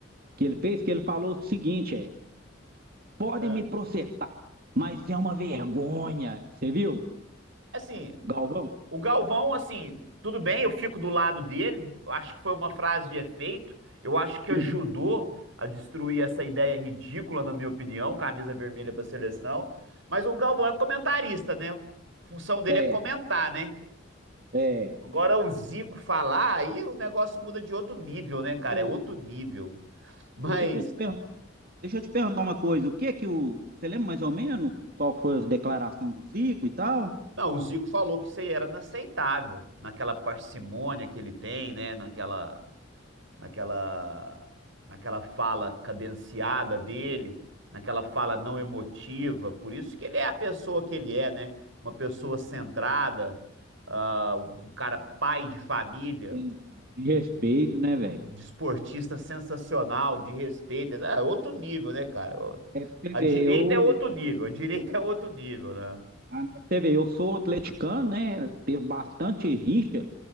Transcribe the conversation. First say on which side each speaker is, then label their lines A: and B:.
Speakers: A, on the right (about 50°); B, on the right (about 70°).
A: que ele fez, que ele falou o seguinte, é, podem
B: Ah,
A: me processar, mas é uma vergonha. Você viu,
B: Assim,
A: Galvão?
B: O Galvão, assim, tudo bem, eu fico do lado dele. Eu acho que foi uma frase de efeito. Eu acho que
A: Uhum.
B: ajudou a destruir essa ideia ridícula, na minha opinião, camisa vermelha para seleção. Mas o Galvão é comentarista, né? A função dele
A: É,
B: é comentar, né?
A: é.
B: Agora o Zico falar, aí o negócio muda de outro nível, né, cara?
A: E
B: É outro nível. Mas,
A: deixa eu te perguntar, deixa eu te perguntar uma coisa. O que é que o. Você lembra mais ou menos qual foi a declaração do Zico e tal?
B: não, o Zico falou que isso aí era inaceitável, naquela parcimônia que ele tem, né? Naquela naquela, naquela fala cadenciada dele, naquela fala não emotiva. Por isso que ele é a pessoa que ele é, né? Uma pessoa centrada, ah, um cara pai de família,
A: Tem de
B: um
A: respeito, né, velho?
B: desportista sensacional, de respeito. É outro nível, né, cara?
A: É pra você
B: A
A: ver,
B: direita
A: eu,
B: é outro nível, a direita é outro nível, né?
A: ah, não, pra você ver, eu sou atleticano, né? Teve bastante rincha